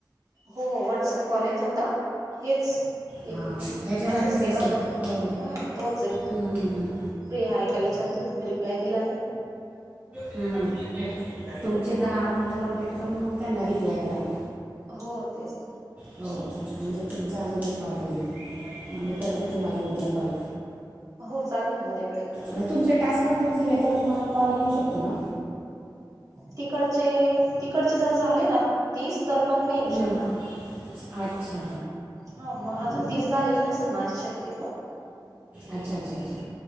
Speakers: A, on the right; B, on the right.
A: हो व्हॉट्सअप कॉल येत होता. हेच
B: हां
A: एक मॅ
B: ह्याच्यासाठीच
A: मॅसेज केला
B: असेल
A: होता.
B: हो
A: हा तोच ये.
B: हं, हं.
A: फ्री हाय का विचारत होती? मी रिप्लाय दिला नाही.
B: ह ह. तुमचे दहा मिनटं कम्प्लीट करून, मग त्यांना रिप्लाय करा.
A: हो तेच
B: हो म्हणजे तुमचा
A: ना
B: अजून एक कॉल होईल, मग मी
A: हो
B: करते तुम्हाला उद्या कॉल.
A: हो. चालेल ना उद्याकडे करा
B: म तुमचे टास्क कम्प्लीट झाले तर, तुम्हाला कॉल येऊ शकतो ना?
A: तिकडचे, तिकडचे जर झाले ना तीस? तर मंग नाही येऊ
B: हं.
A: शकणार.
B: अच्छा
A: हो म आजून तीस झालेली नसेल माझी शक्यतो.
B: अच्छा अच्छा अच्छा